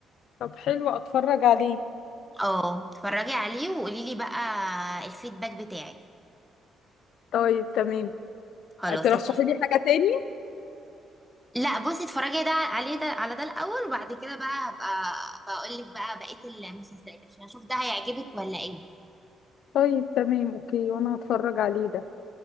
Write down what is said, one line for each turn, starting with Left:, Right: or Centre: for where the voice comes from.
Left: طب حلو اتفرج عليه
Centre: اه اتفرجي عليه وقولي لي بقى الفيدباك بتاعك
Left: طيب تمام
Centre: خلاص
Left: ترشحي
Centre: اتفقنا
Left: لي حاجه تاني
Centre: لا بصي اتفرجي ده عليه ده على ده الاول وبعد كده بقى هبقى بقول لك بقى بقيه المسلسلات عشان اشوف ده هيعجبك ولا ايه
Left: طيب تمام اوكي وانا هتفرج عليه ده